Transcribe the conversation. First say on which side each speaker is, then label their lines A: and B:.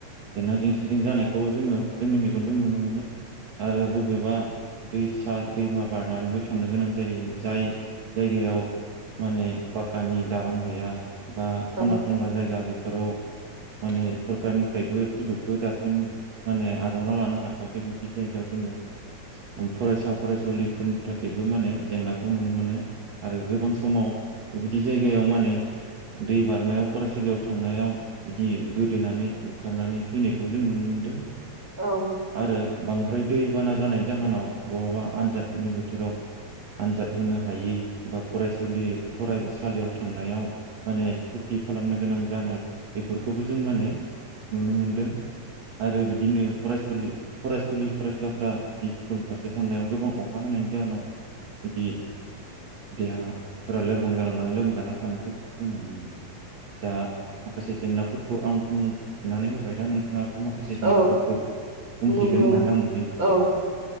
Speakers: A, on the right; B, on the right.
A: जेना जेंसिदिं जानाय खौ जोङो जोंनि मेगनजों नुनो मोनो आरो बबेबा दैसा दैमा बारनानैबो थांनो गोनां जायो। जाय जायगायाव माने पाकानि दालां गैया बा खना
B: औ
A: खनला जायगा बे फोराव माने सरखारनिफ्रायबो सुजुगखौ दासिम माने आजावना लानो हाथवाखै बे जायगायाव जोङो फरायसा फरायसुलिफोरनि थाखायबो माने जेंनाखौ नुनो मोनो आरो गोबां बेबायदि जायगायाव माने दै बारनायाव फरायसालियाव थांनायाव बिदि गोदोनानै बुखारनानै थैनायखौ जों नुनो मोनदों
B: औ।
A: आरो बांद्राय दैबाना जानाय जाहोनाव बहाबा आनजादनि बोथोराव आनजाद होनो हायै बा फराय फरायसालियाव थांनायाव माने सुति खालामनो गोनां जानाय बेफोरखौबो जों माने नुनो मोनदों आरो बिदिनो फरायसुलि फरायसुलि फरायसुलाफ्रा बे स्कुल फारसे थांनायाव गोबां अ खा हानायनि जाहोनाव बिदि देहा फोरा लोरबां जालांना लोमजाना थानायखौ जोंङो नुनो मोनदों। दा माखासे जेंनाफोरखौ आं बुंथिनानै हो बाय दा नोंथाङाबो माखासे
B: औ
A: जेंनाफोरखौ बुंथिगोन
B: नंगौ
A: होननानै आं मिजिं थिबाय।
B: औ